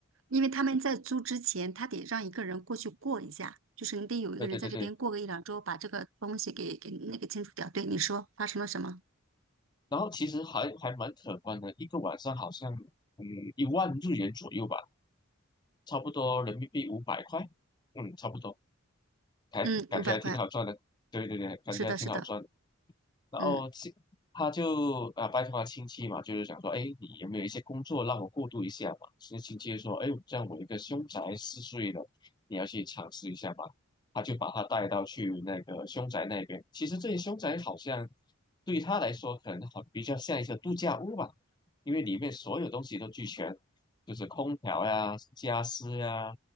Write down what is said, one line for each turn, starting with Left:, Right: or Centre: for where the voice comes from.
Right: 因为他们在租之前，他得让一个人过去过一下，就是你得有一个人在这边过个一两周，
Left: 对对对对，
Right: 把这个东西给给那个清除掉。对，你说发生了什么？
Left: 然后其实还还蛮可观的，一个晚上好像嗯一万日元左右吧，差不多人民币五百块，嗯，差不多，还感觉还挺好赚的，
Right: 嗯，五百块，
Left: 对对对，感觉还挺好赚的。
Right: 是的，是的，
Left: 然后亲，
Right: 嗯。
Left: 他就啊拜托他亲戚嘛，就是想说，哎，你有没有一些工作让我过渡一下嘛？所以亲戚就说，哎，这样我一个凶宅四岁的。你要去尝试一下吧。他就把他带到去那个凶宅那边。其实这些凶宅好像对他来说，可能好比较像一个度假屋吧，因为里面所有东西都俱全，就是空调呀、家私呀，